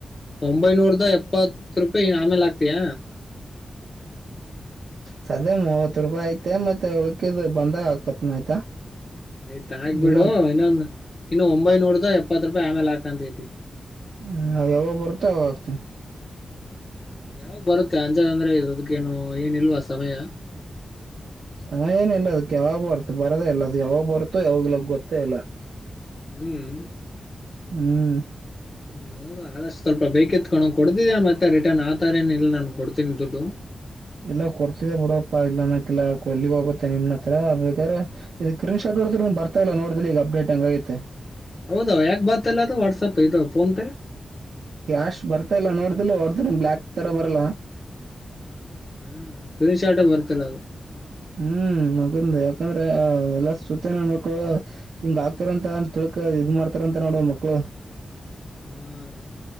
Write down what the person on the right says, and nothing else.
ಸದೇ ಮೂವತ್ತು ರೂಪಾಯಿ ಐ್ತ ಮತ್ತೆ ಉಳ್ಕಿದ್ ಬಂದಾಗ ಹಾಕೋತ್ನ ಆಯ್ತಾ
ಇಲ್ಲ
ಹ್ಮ್ ನ ಯಾವಾಗ ಬರುತ್ತೆ ಅವಾಗ ಹಾಕ್ತೀನಿ.
ಸಮಯ ಏನ ಇಲ್ಲ ಅದಕ್ಕೆ ಯಾವಾಗ ಬರ್ತ ಬರದೇ ಇಲ್ಲ ಅದು ಯಾವಾಗ ಬರುತೋ ಯಾವಾಗಲ ಗೊತ್ತೇ ಇಲ್ಲ.
ಹ್ಮ್.
ಇಲ್ಲ ಕೊಡ್ತಿದೆ ಬಿಡಪ್ಪಾ ಇಲ್ಲಹನಕಿಲ್ಲ ಎಲ್ಲಿಗೆ ಹೋಗುತ್ತೆ ನಿನ್ನ ಹತ್ರ ಬೇಕಾರೆ ಸ್ಕ್ರೀನ್ ಶಾಟ್ ನೋಡಿದ್ರು ಬರ್ತಾಲ್ಲ ನೋಡಿಲ್ಲಿ ಈಗ ಅಪ್ಡೇಟ್ ಹಂಗಗೈತೆ
ಕ್ಯಾಶ್ ಬರ್ತಾ ಇಲ್ಲ ನೋಡ್ದಿಲ್ಲ ಹೊಡ್ದ ಬ್ಯಾಕ್ ತರ ಬರಲ್ಲ
ಹ್ಮ್ ಮಗನ್ ಯಾಕಂದ್ರ ಎಲ್ಲ ಸುತ್ತಮಕ್ಳು ಹಿಂಗ ಆಗ್ತಾರಂತ ಅಂತ ಇದ ಮಾಡ್ತಾರಂತೆ ನೋಡು ಮಕ್ಕಳು